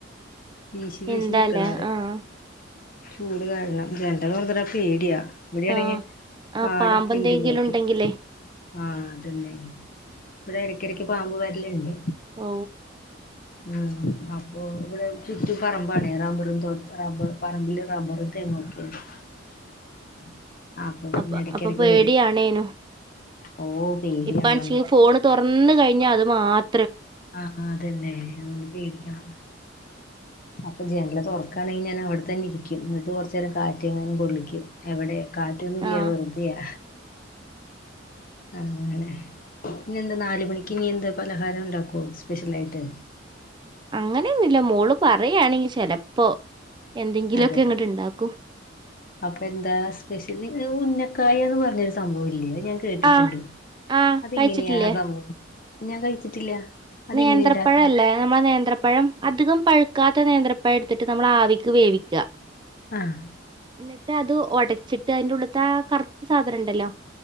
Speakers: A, on the left; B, on the right.
A: വീശി വീശി
B: എന്താലേ
A: നിക്കണവരെ
B: ആഹ്
A: ചൂട് കാരണം ജനൽ തോർന്ന്ടാൻ പേടിയാ. ഇവ്ടെയാണെങ്കി
B: ആഹ് ആഹ്
A: കാടൊക്കെണ്ട്
B: പാമ്പെന്തെങ്കിലും
A: ബാക്കിൽ.
B: ഉണ്ടെങ്കിലേ
A: ആഹ അതന്നെ. ഇവിടെ ഇടയ്ക്കിടക്ക് പാമ്പ് വര്ല്ണ്ട്.
B: ഓ
A: ഉം. അപ്പ ഇവിടെ ചുറ്റും പറമ്പാണെ റബ്ബറുംത്തോ റബ്ബർ പറമ്പില് റബ്ബറും തെങ്ങൊക്കെണ്ട്. <inaudible> പിന്നെ
B: അപ്പൊ
A: ഇടക്കിടക്ക്
B: അപ്പൊ പേടിയണേനും.
A: വരും ഓ പേടിയാണോന്ന്
B: ഇപ്പാണിച്ച ഫോണ് തുറന്ന് കഴിഞ്ഞ അത് മാത്ര
A: ആഹ അതന്നെ അതോണ്ട് പേടിക്കണം. അപ്പൊ ജനലല് തുറക്കാണെങ്കിൽ ഞാൻ അവിടെ തന്നെ ഇരിക്കും എന്നിട്ട് കുറച്ചു നേരം കാറ്റങ്ങാനും കൊള്ളിക്കും എവടെ? കാറ്റൊന്നും ഇല്ല്യ
B: ആഹ്
A: വെർതെയാ. അങ്ങനെ പിന്ന എന്താ നാല് മണിക്ക് ഇനി എന്താ പലഹാരം ഇണ്ടാക്കോ സ്പെഷ്യലാട്ട്.
B: അങ്ങനെയൊന്നുമില്ല മോള് പറയയാണെങ്കിൽ ചെലപ്പോ. എന്തെങ്കിലൊക്കെ
A: അതെ
B: ഇങ്ങട്ട് ഇണ്ടാക്കും
A: അപ്പൊ എന്താ സ്പെഷ്യല്? ഉന്നക്കായ എന്ന് പറഞ്ഞൊരു സംഭവില്ലെ ഇല്ല ഞാൻ കേട്ടിട്ട്ണ്ട്
B: ആഹ് ആഹ്
A: അത്ങ്ങനെയാ
B: കഴിച്ചിട്ടില്ലേ
A: ആ സംഭവം ഞാൻ കഴിച്ചിട്ടില്ല അതെങ്ങനെ
B: നേന്ത്രപ്പഴ
A: ഇണ്ടാക്കാ
B: അല്ലേ നമ്മെളെ നേന്ത്രപ്പഴം അധികം പഴു ക്കാത്ത നേന്ത്രപ്പഴെടുത്തിട്ട് നമ്മൾ ആവിക്ക് വേവിക്ക
A: ആഹ്
B: എന്നിട്ടത് ഒട ചിട്ട് അതിന്റുള്ള്ത്തെ ആ കറുത്ത സാധനുണ്ടല്ലോ